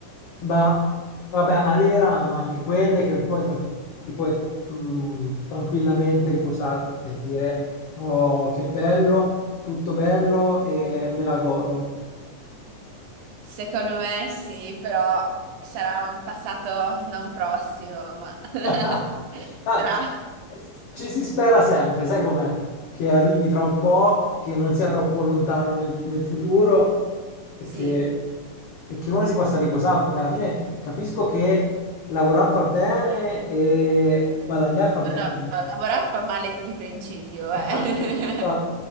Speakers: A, on the left (about 85°); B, on the right (about 75°).
A: Ma vabbè, arriveranno anche quelle che poi tra- ti puoi mm, tranquillamente riposare e dire, oh, che bello, tutto bello e me la godo.
B: Secondo me sì, però sarà un passato non prossimo, ma <laughs>
A: <laughs> Ah,
B: sarà
A: eh, ci si spera sempre, sai com'è? Che arrivi tra un po', che non sia troppo lontano nel, nel futuro e
B: sì.
A: che, e che uno si possa riposare, perché alla fine capisco che lavorare fa bene e guadagnare fa bene.
B: No, no, lavorare fa male di principio,
A: <laughs>
B: eh.
A: No,